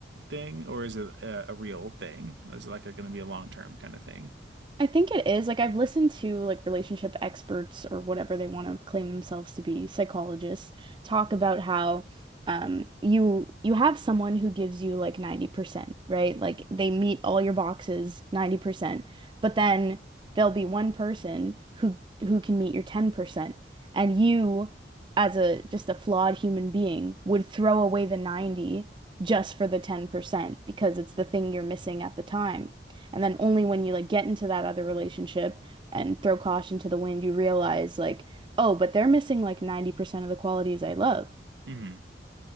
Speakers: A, on the right (about 80°); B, on the right (about 25°).
A: thing, or is it a, a real thing? Is it like a going to be a long term kind of thing?
B: I think it is. Like I've listened to like relationship experts or whatever they want to claim themselves to be, psychologists, talk about how um you you have someone who gives you like 90%, right? Like they meet all your boxes 90%, but then there'll be one person who who can meet your 10%. And you as a just a flawed human being would throw away the 90 just for the 10% because it's the thing you're missing at the time. And then only when you like get into that other relationship and throw caution to the wind, you realize like, oh, but they're missing like 90% of the qualities I love.
A: hmm